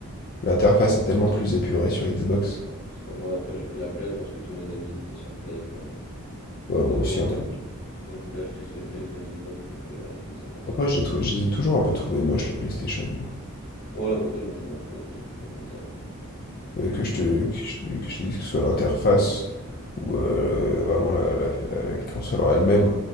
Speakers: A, on the left; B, on the left.
A: L'interface est tellement plus épurée sur Xbox.
B: Non, je sais pas moi, après j'ai pris la Play parce que tous mes amis étaient sur Play quand,
A: Ouais, moi
B: quand
A: aussi,
B: je
A: un peu.
B: quand je voulais acheter soit une Play ou soit une Xbox, donc euh, donc c'est pour ça.
A: Après, je les trou- je les ai toujours un peu trouvés moches, les PlayStation, moi.
B: Oh la beauté, moi je m'en fous, hein, je t'avoue, je vais pas te mentir. Donc
A: Euh, que je te, que je, te que je te dise que ce soit l'interface ou euh, vraiment la, la, la- la console en elle-même.